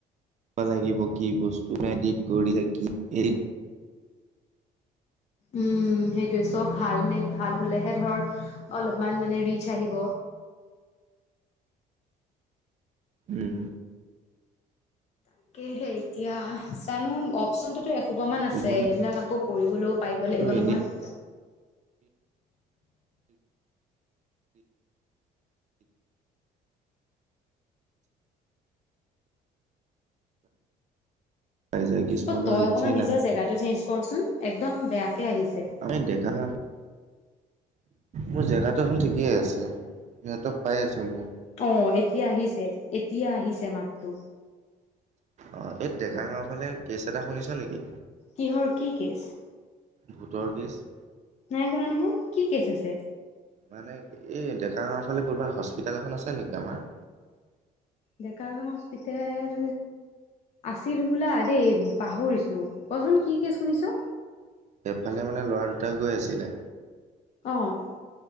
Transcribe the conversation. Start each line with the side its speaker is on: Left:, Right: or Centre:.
Right: লাগিব কি বস্তু, <unintelligible>
Left: উম, সেইটোয়ে চব ভাল মে ভাল হলেহে ধৰ অলপমান মানে ৰিচ আহিব।
Right: উম।
Left: তাকেহে এতিয়া জানো, অপচনটোতো এসোপমান আছে,
Right: কিছুমানেতো
Left: সেইবিলাক আকৌ কৰিবলৈও পাৰিব লাগিব
Right: এনেই
Left: নহয়।
Right: পাই যায়। কিছুমানৰ
Left: অ', তই
Right: ৰিচেই
Left: অকমান নিজৰ
Right: নাহে
Left: জেগাটো চেঞ্জ কৰচোন, একদম বেয়াকে আহিছে।
Right: <unintelligible> মোৰ জেগাটো দেখোন ঠিকেই আছে, নেটৱৰ্ক পাই আছে মোৰ।
Left: অ', এতিয়া আহিছে, এতিয়া আহিছে মাততো।
Right: অ', এই ডেকা গাওঁৰ ফালে কেচ এটা শুনিছ নেকি?
Left: কিহৰ কি কেছ?
Right: ভোটৰ কেছ?
Left: নাই শুনা নহয়, কি কেছ হৈছে?
Right: মানে, এই ডেকা গাঁৱৰ ফালে ক'ৰবাত হস্পিটেল এখন আছে নেকি আমাৰ?
Left: ডেকাগাঁও হস্পিটেল আছিল বোলা দেই, পাহৰিছোঁ কচোন। কি কেছ শুনিছ?
Right: সেইফালে মানে ল'ৰা দুটাই গৈ আছিলে।
Left: অ'।